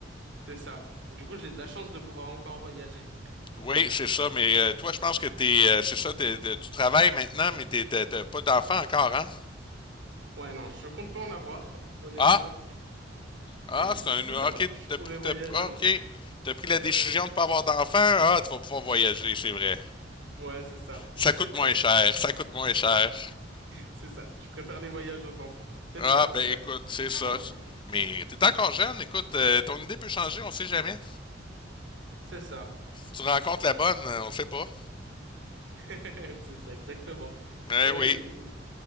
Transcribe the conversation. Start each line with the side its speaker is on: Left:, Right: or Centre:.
Right: C'est ça. Du coup, j'ai de la chance de pouvoir encore voyager.
Left: Oui, c'est ça, mais euh, toi, je pense que t'es, euh, c'est ça, t'es- t'es- tu travailles maintenant, mais t'es, t'as t'as pas d'enfant encore, hein?
Right: Ouais, non, je compte pas en avoir, honnêtement.
Left: Ah, Ah,
Right: <laughs>
Left: c'est
Right: Du
Left: un.
Right: coup, ça
Left: Ok,
Right: va. Je
Left: t'as
Right: pourrais
Left: pris,
Right: voyager
Left: t'as,
Right: encore.
Left: ok, t'as pris
Right: <laughs>
Left: la décision de pas avoir d'enfant. Ah, tu vas pouvoir voyager, c'est vrai.
Right: Ouais, c'est ça.
Left: Ça
Right: <laughs>
Left: coûte moins cher, ça coûte moins cher.
Right: C'est ça. Je préfère les voyages aux enfants.
Left: <laughs>
Right: Peut-être
Left: ah,
Right: je changerai
Left: ben
Right: d'avis
Left: écoute, c'est
Right: plus tard,
Left: ça.
Right: mais
Left: Mais t'es encore jeune, écoute, euh, ton idée peut changer, on sait jamais.
Right: c'est ça.
Left: Tu rencontres la bonne, euh, on sait pas.
Right: <laughs> C'est ça, exactement.
Left: Eh
Right: Mais
Left: oui.
Right: oui, et- et-